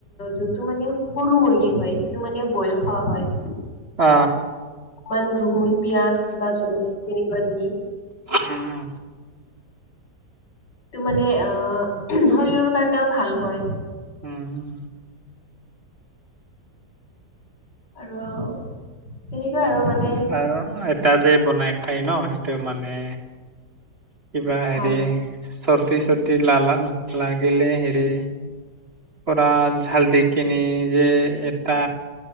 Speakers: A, on the left; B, on the right.
A: যোনটো মানে সৰু মুৰ্গী হয় সেইটো মানে বইল খাৱা হয়।
B: অ
A: বানৰোহোন পিয়াজ বা জলকীয়া তেনেকুৱা দি
B: উম উম
A: টো মানে আহ শৰীৰৰ কাৰণেও ভাল হয়
B: উম
A: আৰু তেনেকুৱাই আৰু মানে
B: আৰু এটা যে বনাই খাই ন সেইটো মানে কিবা হেৰি
A: ভাল
B: চৰ্দি চৰ্দি লালা লাগিলে হেৰি পৰা জালদি কিনি যে এটা